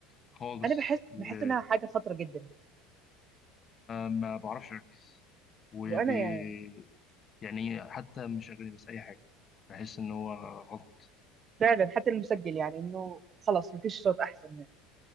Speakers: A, on the left (about 20°); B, on the right (about 20°).
A: خالص
B: انا بحس
A: وانا
B: بحس انها حاجة خطرة جدا يعني.
A: ما بعرفش اركز وبي
B: وانا يعني
A: يعني حتى مش اغاني بس اي حاجه بحس ان هو غلط
B: فعلا حتى المسجل يعني انه خلاص مفيش صوت احسن يعني